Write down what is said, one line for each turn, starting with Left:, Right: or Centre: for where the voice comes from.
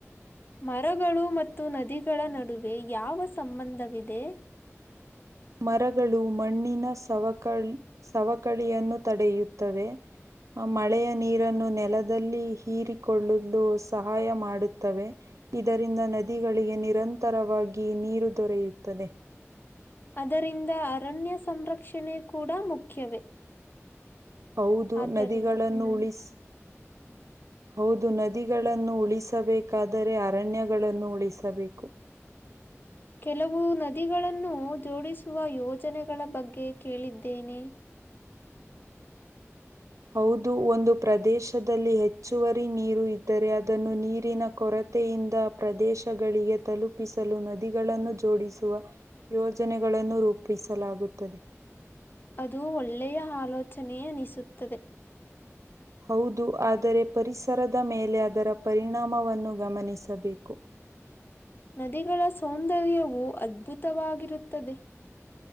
Left: ಮರಗಳು ಮತ್ತು ನದಿಗಳ ನಡುವೆ ಯಾವ ಸಂಬಂಧವಿದೆ
Right: ಮರಗಳು ಮಣ್ಣಿನ ಸವಕಳ್ ಸವಕಳಿಯನ್ನು ತಡೆಯುತ್ತವೆ ಮಳೆಯ ನೀರನ್ನು ನೆಲದಲ್ಲಿ ಹೀರಿಕೊಳ್ಳಲು ಸಹಾಯ ಮಾಡುತ್ತವೆ ಇದರಿಂದ ನದಿಗಳಿಗೆ ನಿರಂತರವಾಗಿ ನೀರು ದೊರೆಯುತ್ತದೆ
Left: ಅದರಿಂದ ಅರಣ್ಯ ಸಂರಕ್ಷಣೆ ಕೂಡ ಮುಖ್ಯವೇ
Right: ಹೌದು
Left: ಆದ್ದರಿಂದ
Right: ನದಿಗಳನ್ನು
Left: ಹ್ಮ್
Right: ಉಳಿಸ ಹೌದು ನದಿಗಳನ್ನು ಉಳಿಸಬೇಕಾದರೆ ಅರಣ್ಯಗಳನ್ನು ಉಳಿಸಬೇಕು ಹ <unintelligible>
Left: ಕೆಲವು ನದಿಗಳನ್ನು ಜೋಡಿಸುವ ಯೋಜನೆಗಳ ಬಗ್ಗೆ ಕೇಳಿದ್ದೇನೆ
Right: ಹೌದು ಒಂದು ಪ್ರದೇಶದಲ್ಲಿ ಹೆಚ್ಚುವರಿ ನೀರು ಇದ್ದರೆ ಅದನ್ನು ನೀರಿನ ಕೊರತೆ ತೆಯಿಂದ ಪ್ರದೇಶಗಳಿಗೆ ತಲುಪಿಸಲು ನದಿಗಳನ್ನು ಜೋಡಿಸುವ ಯೋಜನೆಗಳು ಗಳನ್ನು ರೂಪಿಸಲಾಗುತ್ತದೆ
Left: ಅದು ಒಳ್ಳೆಯ ಆಲೋಚನೆ ಅನಿಸುತ್ತದೆ
Right: ಹೌದು ಆದರೆ ಪರಿಸರದ ಮೇಲೆ ಅದರ ಪರಿಣಾಮವನ್ನು ಗಮನಿಸಬೇಕು
Left: ನದಿಗಳ ಸೌಂದರ್ಯವು ಅದ್ಭುತವಾಗಿರುತ್ತದೆ